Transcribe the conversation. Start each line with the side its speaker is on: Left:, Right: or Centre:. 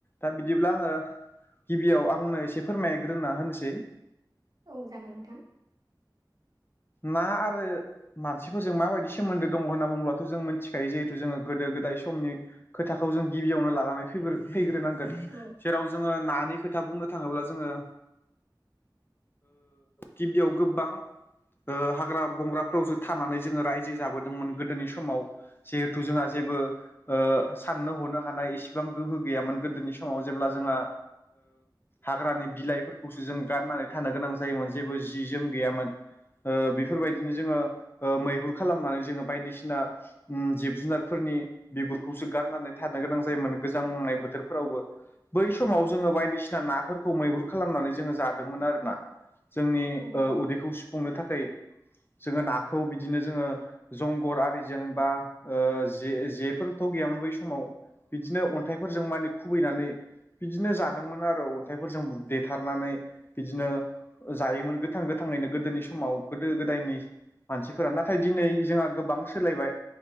Left: दा बिदिब्ला आङो गिबियाव आंनो एसे फोरमायग्रोना होनोसै
Right: औ जागोन नोंथां।
Left: ना आरो मानसिफोरजों माबायदि सोमोन्दो दङ होनना बुङोब्लाथ' जों मिथिखायो जिहेथु जोङो गोदो गोदाय समनि खोथाखौ जों गिबियावनो लानानै फ फैग्रोनांगोन।
Right: औ
Left: जेराव जोङो नानि खोथा बुंनो थाङोब्ला जोङो। गिबियाव गोबां। हाग्रा बंग्राफोरावसो थानानै जोङो रायजो जाबोदोंमोन गोदोनि समाव। जिहेथु जोंहा जेबो साननो हनो हानाय इसिबां गोहो गैयामोन गोदोनि सम। समाव जेब्ला जोंहा। हाग्रानि बिलाइफोरखौसो जों गाननानै थानो गोनां जायोमोन जेबो जि जोम गैयामोन। बेफोरबायदिनो जोङो मैहुर खालामनानै जोङो बायदिसिना। जिब जुनारफोरनि बिगुरखौसो गारनानै थानो गोनां जायोमोन गोजांनाय बोथोरफोरावबो। बै समाव जोङो बायदिसिना नाफोरखौ मैहुर खालामनानै जोङो जादोंमोन आरोोना। जोंनि
Right: नंगौ
Left: उदैखौ सुफुंनो थाखाय जोङो नाखौ बिदिनो जोङो। जंगर आरिजों बा जे जेफोरथ' गैयामोन बै समाव। बिदिनो अन्थाइफोरजों माने खुबैनानै। बिदिनो जादोंमोन आरो अन्थाइफोरजों देथारनानै बिदिनो। जायोमोन गोथां गोथाङैनो गोदोनि समाव गोदो गोदायनि। मानसिफोरा नाथाय दिनै जोंहा गोबां सोलायबाय।